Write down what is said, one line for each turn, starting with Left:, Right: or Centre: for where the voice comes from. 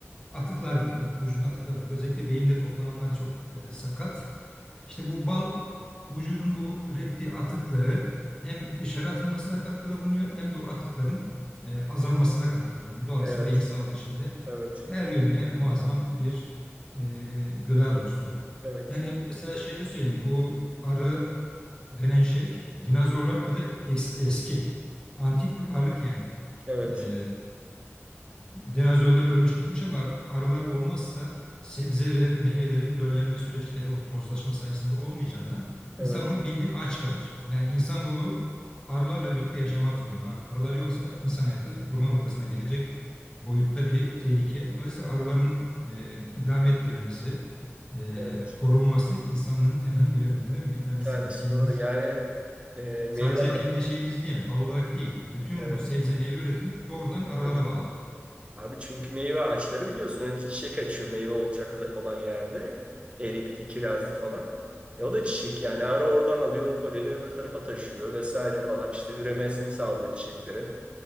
Left: atıklar diyelim. Vücudun atıkları var. Özellikle beyinde toplananlar çok e, sakat. İşte bu bal vücudun bu ürettiği atıkları hem dışarı atılmasına katkıda bulunuyor hem de o atıkların e, azalmasına katkıda bulunuyor. Dolayısıyla
Right: Evet,
Left: beyin sağlığı için de
Right: evet,
Left: her yönüyle muazzam bir e, gıda dostum.
Right: evet,
Left: Yani mesela şöyle söyleyeyim bu arı denen şey dinozorlar kadar es- eski antik bir varlık yani.
Right: evet,
Left: E, Dinozorlar ölmüş gitmiş ama arılar olmazsa sebze ve meyvelerin döllenme süreçleri o tozlaşma sayesinde olmayacağından insanoğlu
Right: evet,
Left: bildiğin aç kalır. Yani insanoğlu arılarla birlikte yaşamak zorunda. Arılar yoksa insan hayatı durma noktasına gelecek boyutta bir tehlike. Dolayısıyla arıların e, idame ettirilmesi, e,
Right: evet.
Left: korunması insanlığın <laughs> temel görevlerinden bir tanesi.
Right: Bir tanesi
Left: Yani kendimiz
Right: doğru. Yani
Left: için.
Right: e, meyve,
Left: sadece kendi şeyimiz diye bal olarak değil, bütün
Right: evet.
Left: bu sebze meyve üretimi doğrudan arılara
Right: Tabii.
Left: bağlı.
Right: Abi çünkü meyve ağaçları biliyorsun önce çiçek açıyor meyve olacak olan yerde. Erikti, kirazdı falan. E o da çiçek yani. Ara oradan alıyor o poleni öbür tarafa taşıyor vesaire falan. İşte üremesini sağlıyor çiçeklerin.